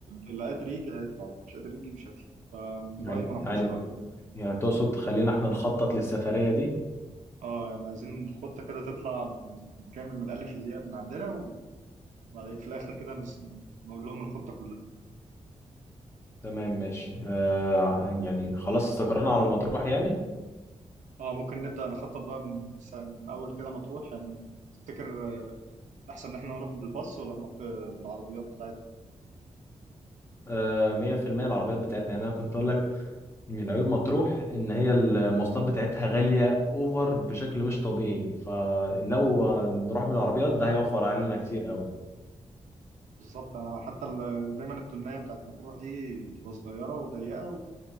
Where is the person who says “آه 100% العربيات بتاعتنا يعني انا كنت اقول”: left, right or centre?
Left